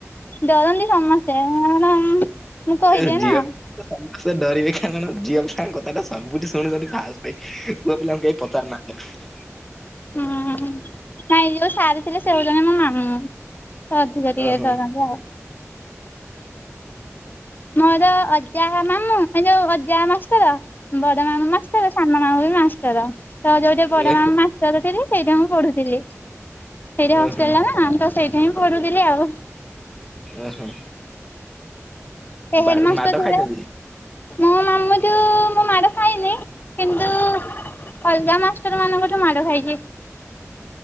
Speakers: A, on the left (about 40°); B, in the centre.
A: ଡରନ୍ତି ସମସ୍ତେ କାରଣ ମୁଁ କହିଦିଏ
B: ଏ ଝିଅ
A: ନା
B: ପିଲା ସମସ୍ତେ ଡରିବେ କାରଣ ଝିଅ ପିଲାଙ୍କ କଥାଟା ସବୁଠି ଶୁଣୁଛନ୍ତି ଫାଷ୍ଟେ ପୁଅ ପିଲାଙ୍କୁ କେହି ପଚାରୁ ନାହାନ୍ତି।
A: ହୁଁ, ନାଇଁ ଯୋଉ ସାର୍ ଥିଲେ ସେ ହଉଛନ୍ତି ମୋ ମାମୁଁ ସେ ଅଧିକ ଟିକେ
B: ଓହୋ
A: ଡରାନ୍ତି ଆଉ ମୋର ଅଜା ମାମୁଁ ଏ ଯୋଉ ଅଜା ମାଷ୍ଟର। ବଡ ମାମୁଁ ମାଷ୍ଟର ସାନ ମାମୁଁ ବି ମାଷ୍ଟର, ତ ଯୋଉଠିି
B: ହୁଁ
A: ବଡ
B: ଏ
A: ମାମୁଁ ମା ଥିଲି ସେଇଠି ମୁଁ ପଢୁଥିଲି, ସେଇଠି ହଷ୍ଟେଲ
B: ଓହୋ
A: ଟା ନା ତ ସେଇଠି ହିଁ ପଢୁଥିଲି ଆଉ।
B: ଓହୋ
A: ସେ ହେଡ
B: ବା
A: ମାଷ୍ଟର
B: ମାଡ
A: ଥିଲେ
B: ଖାଇଛନ୍ତି କି?
A: ମୋ ମାମୁଁ ଠୁ ଠୁ ମୁଁ ମାଡ ଖାଇନି, କିନ୍ତୁ ଅଲଗା ମାଷ୍ଟର ମାନଙ୍କଠୁ ମାଡ ଖାଇଛି।